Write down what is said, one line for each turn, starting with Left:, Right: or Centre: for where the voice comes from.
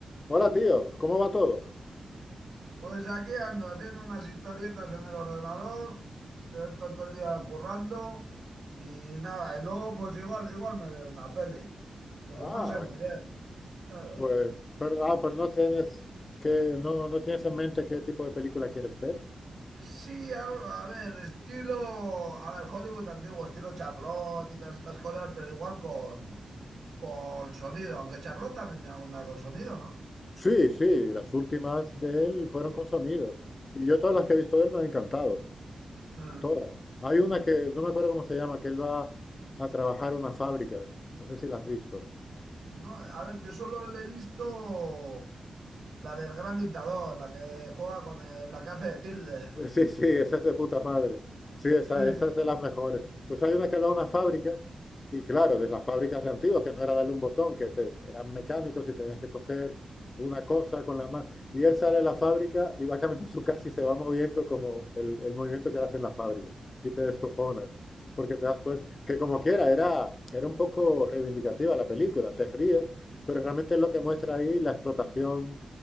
Left: Hola tío, ¿cómo va todo?
Right: Pues aquí ando haciendo unas historietas en el ordenador, que he estado todo el día currando y nada, y luego pues igual, igual me veo una peli, pero
Left: Ah,
Right: no sé muy bien. Claro.
Left: pues, pero, ah, pero no tienes que, no, no tienes en mente qué tipo de película quieres ver.
Right: Sí, algo, a ver, estilo, a ver, Hollywood antiguo, estilo Charlotte y todas estas cosas, pero igual con, con sonido, aunque Charlotte también tiene alguna con sonido, ¿no?
Left: Sí, sí, las últimas de él fueron con sonido. Y yo todas las que he visto de él me han encantado.
Right: Eh,
Left: Todas. Hay una que, no me acuerdo cómo se llama, que él va a trabajar a una fábrica. No sé si la has visto.
Right: No, a ver, yo solo le he visto la del gran dictador, la que juega con el- la que hace de Hitler.
Left: <laughs> Sí, sí, esa es de puta madre. Sí, esa,
Right: <laughs>
Left: esa es de las mejores. Pues hay una que va a una fábrica, y claro,
Right: Sí,
Left: de las fábricas de antiguas, que no era darle un botón, que te- eran mecánicos y tenías que coger una cosa con la mano. Y él sale de la fábrica y va caminando a su casa y se va moviendo como el, el movimiento que él hace en la fábrica. Y te descojonas, porque te das cuenta que como quiera, era, era un poco reivindicativa la película, te ríes, pero realmente es lo que muestra ahí la explotación